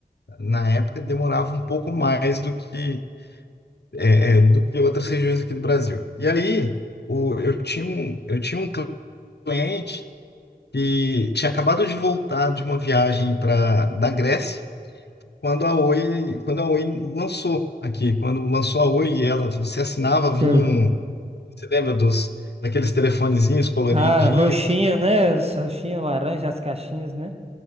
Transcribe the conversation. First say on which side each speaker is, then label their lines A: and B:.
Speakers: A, on the left; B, on the right.
A: na época demorava um pouco mais do que é, é, do que outras regiões aqui do Brasil. E aí o, eu tinha um eu tinha um cliente que tinha acabado de voltar de uma viagem para da Grécia quando a Oi, quando a Oi lançou aqui, quando lançou a Oi, e ela você assinava, vinha
B: sei.
A: um, você lembra dos daqueles telefonezinhos coloridinhos?
B: Ah, roxinho, né? Os roxinhos, laranja, as caixinhas, né?